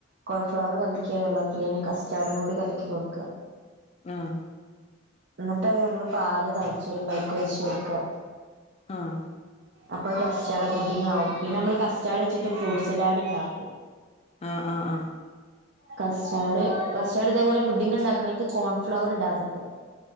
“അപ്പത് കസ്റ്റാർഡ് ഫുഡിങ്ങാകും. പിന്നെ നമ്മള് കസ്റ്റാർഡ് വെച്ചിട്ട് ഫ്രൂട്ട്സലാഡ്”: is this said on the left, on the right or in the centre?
Right